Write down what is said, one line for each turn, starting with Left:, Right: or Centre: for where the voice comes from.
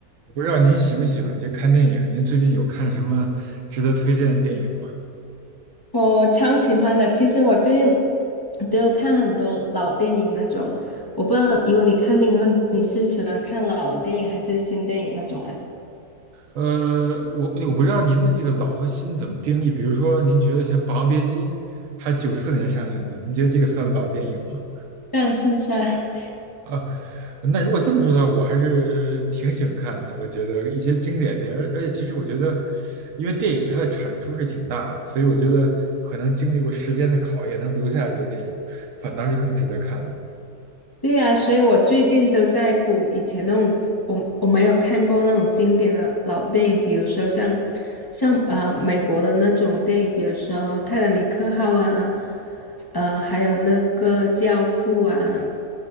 Right: 我不知道您喜不喜欢这看电影，您最近有看什么值得推荐的电影吗？
Left: 我我超喜欢的。其实我最近都有看很多老电影那种，我不知道，如果你看电影的话，你是喜欢看老的电影还是新电影那种啊？
Right: 呃，我我不知道您的这个老和新怎么定义，比如说您觉得像《霸王别姬》，它九四年上映的，您觉得这个算老电影吗？
Left: 算算算，<laughs>
Right: 啊，那如果这么说的话，我还是挺喜欢看的。我觉得一些经典电影，而而且其实我觉得，因为电影它的产出是挺大的，所以我觉得可能经历过时间的考验，能留下来这些电影，反倒是更值得看的。
Left: 对呀，所以我最近都在补以前那种我我没有看过那种经典的老电影，比如说像像呃美国的那种电影，比如说《泰坦尼克号》啊，呃还有那个《教父》啊，